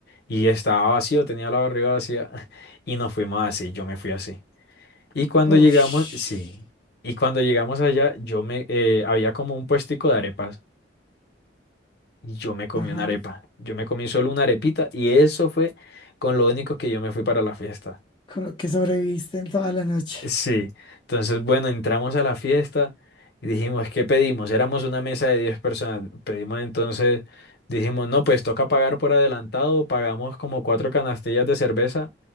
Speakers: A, on the left; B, on the left.
A: y estaba vacío, tenía la barriga vacía <laughs> y nos fuimos así, yo me fui así. Y cuando
B: Ush.
A: llegamos, sí, y cuando llegamos allá, yo me, eh, había como un puestico de arepas y yo me comí
B: Ajá.
A: una arepa. Yo me comí solo una arepita y eso fue con lo único que yo me fui para la fiesta.
B: Con lo que sobreviviste en toda la noche.
A: Sí, entonces bueno, entramos a la fiesta y dijimos, ¿qué pedimos? Éramos una mesa de 10 personas. Pedimos entonces, dijimos, no, pues toca pagar por adelantado, pagamos como cuatro canastillas de cerveza